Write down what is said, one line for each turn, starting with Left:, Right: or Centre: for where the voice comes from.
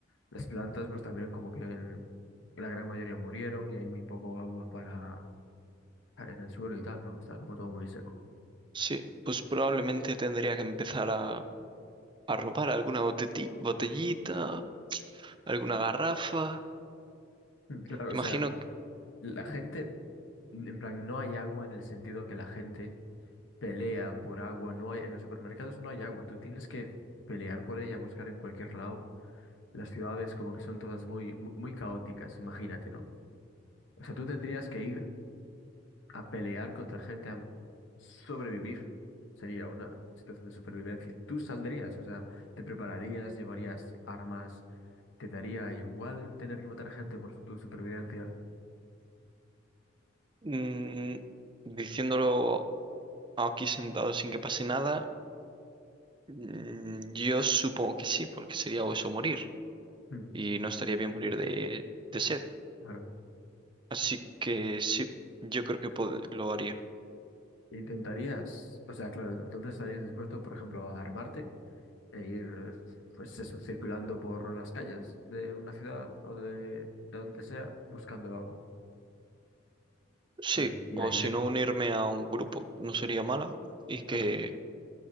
Left: Las plantas, pues también como que en- la gran mayoría murieron y hay muy poco agua para en el suelo y tal, ¿no? Está como todo muy seco.
Right: sí, pues probablemente tendría que empezar a, a robar alguna boteti- botellita, alguna garrafa.
Left: Mm, Claro,
Right: Imagino
Left: o sea,
Right: que
Left: la gente, en plan, no hay agua en el sentido que la gente pelea por agua, no hay, en los supermercados no hay agua, tú tienes que pelear por ella, buscar en cualquier lado. Las ciudades como que son todas muy, mu- muy, caóticas, imagínate, ¿no? O sea, tú tendrías que ir a pelear contra gente Sobrevivir sería una situación de supervivencia. ¿Tú saldrías? O sea, ¿te prepararías? ¿Llevarías armas? ¿Te daría igual tener que matar gente por su- tu supervivencia?
Right: mm, diciéndolo aquí sentado sin que pase nada, mm, yo supongo que sí, porque sería o eso o morir
Left: Mm,
Right: y no estaría bien morir de, de sed.
Left: claro.
Right: Así que sí, yo creo que pod- lo haría.
Left: ¿Intentarías? O sea, claro, entonces estarías dispuesto, por ejemplo, a armarte e ir, pues eso, circulando por las calles de una ciudad o de, de donde sea, buscando agua.
Right: Sí,
Left: Y, al- y,
Right: o
Left: a- y
Right: si
Left: a-
Right: no unirme a un grupo, no sería mala. Y que
Left: claro,